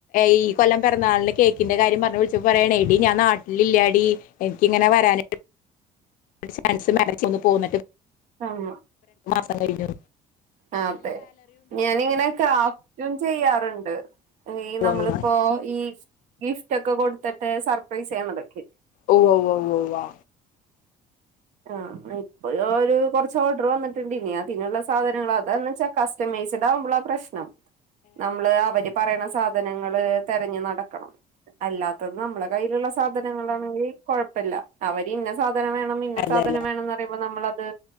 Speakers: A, on the left; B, on the right.
A: ഈ കൊല്ലം പിറന്നാളിന് കേക്കിന്റെ കാര്യം പറഞ്ഞ വിളിച്ചുമ്പം പറയാണെ എടി ഞാൻ നാട്ടിലില്ലാടി എനിക്കിങ്ങനെ വരാണ് ചാൻസ് മ <unintelligible> ഒന്ന് പോകന്നിട്ട്
B: ആഹ
A: സാടിനോ
B: ആ അതെ ഞാനിങ്ങനെ ഞാൻ ചെയ്യാറ്ണ്ട് ഈ
A: ഉവ്വ
B: നമ്മളിപ്പോ
A: ഉവ്വ
B: ഈ ഗിഫ്റ്റ് ഒക്കെ കൊടുത്തിട്ട് സർക്ക പ്രൈസ് ചെയ്ണത്
A: ഓ് ഓ് ഓ് വ
B: ആഹ ഇപ്പ ഒരു കുറച്ച് ഓർഡർ വന്നിട്ടണ്ടിനനി അതിനുള്ള സാധനങ്ങൾ അതാന്ന് വെച്ചാ കസ്റ്റമൈസ്ഡ് ആവുമ്പോള പ്രശ്നം നമ്മള് അവര് പറയണ സാധനങ്ങള് തെരഞ്ഞ് നടക്കണം അല്ലാത്ത നമ്മളെ കയ്യിലുള്ള സാധനങ്ങളാണെിൽ കോഴപ്പല്ല അവര് ഇന്ന സാധന വേണം ഇന്ന
A: അതല്ല
B: സാധനം വേണന്ന് പറയുമ്പോ നമ്മളത്